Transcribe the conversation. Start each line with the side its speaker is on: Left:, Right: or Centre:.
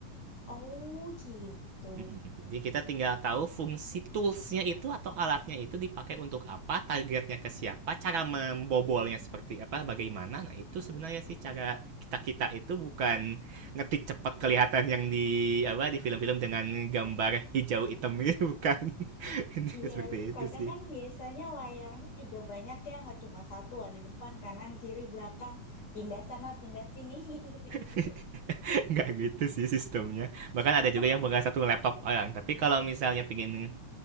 Left: oh gitu.
Right: Mhm, jadi kita tinggal tahu fungsi toolsnya itu atau alatnya itu dipakai untuk apa, targetnya ke siapa, cara membobolnya seperti apa, bagaimana. Nah, itu sebenarnya sih cara kita-kita itu bukan ngetik cepat kelihatan yang di apa di film-film dengan gambar hijau hitam gitu bukan. <laughs>
Left: Iya,
Right: seperti itu
Left: kadang
Right: sih.
Left: kan biasanya layarnya juga banyak ya, nggak cuma satu, ada depan, kanan, kiri, belakang, pindah sana, pindah sini, <laughs> kayak gitu-gitu.
Right: <laughs> Nggak gitu sih sistemnya. Bahkan
Left: Oh,
Right: ada juga yang pegang satu laptop orang. Tapi kalau misalnya pingin